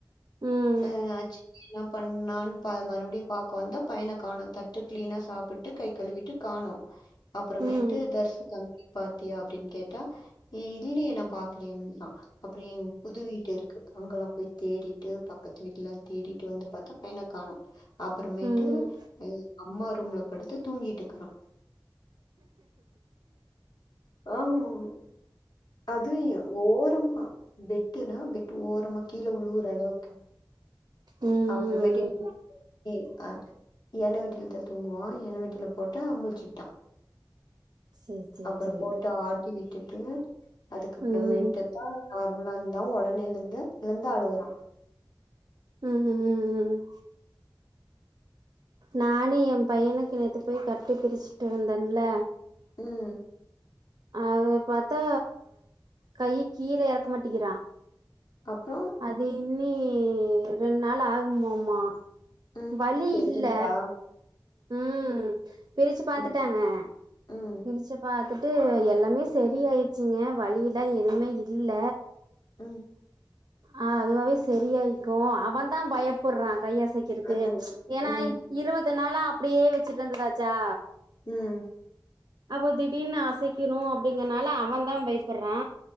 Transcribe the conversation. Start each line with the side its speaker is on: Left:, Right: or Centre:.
Right: ம்
Left: அ சட்னி எல்லாம் பண்ணான்னு மறுபடியு பாக்க வந்தா பையன காணோ தட்டு கிளீனா சாப்பிட்டு கை கழுவிட்டு காணோ அப்புறமேட்டு
Right: ம்
Left: தர்சு தம்பி பாத்தியா அப்டின்னு கேட்டா எ இல்லியே நா பாக்கலேன்கிரா அப்புற என் புது வீட்டு இருக்கு அங்கெல்லா போய் தேடிட்டு பக்கத்து வீட்லல்லா தேடிட்டு வந்து பாத்தா பையன காணோ அப்புறமே
Right: ம்
Left: ட்டு ம் அம்மா ரூம்ல படுத்து தூங்கிட்டு இருக்கிறா ஹம் அதுய் ஓரமா பெட்டுனா பெட்டு ஓரமா கீழ உழுவுற அளவுக்கு
Right: ம்
Left: அப்புறமேட்டு <unintelligible> யேன வெட்டுயிலத்த தூங்குவா யேன வெட்டுயில போட்டா முழிச்சிகிட்டா
Right: சேரி சேரி
Left: அப்புறம்
Right: சேரி
Left: போட்டு ஆட்டி விட்டுட்டு அதுக்கப்பறமேட்டுத்தா
Right: ம்
Left: நார்மலா இருந்தா உடனே எழுந்து எழுந்து அழுவுறா
Right: ம் ம் ம் நானே ஏ பையனுக்கு நேத்து போய் கட்டு பிரிச்சுட்டு வந்தேன்ல
Left: ம்
Right: அது பாத்தா கை கீழ எறக்க மாட்டிக்கிறா
Left: அப்றோ
Right: அது இன்னி ரெண்டு நாள் ஆகுமோ மா
Left: ம்
Right: வழி
Left: கேட்டீங்களா
Right: இல்ல ம் பிரிச்சு பாத்துட்டாங்க
Left: ம் ம்
Right: பிரிச்சப் பாத்துட்டு எல்லாமே சரியாயிடுச்சுங்க வலியில்லா எதுவுமே இல்ல
Left: ம்
Right: ஆ அதுவாவே சரியாயிக்கு அவன் தா பயப் புட்றா கையசைக்கிறதுக்கு
Left: ம்
Right: ஏன்னா
Left: ம்
Right: இருவது நாளா அப்டியே வச்சுட்டு இருந்ததாச்சா
Left: ம்
Right: அப்போ திடீனு அசைக்கணு அப்டிங்கறனால அவன் தா பயப்படுறா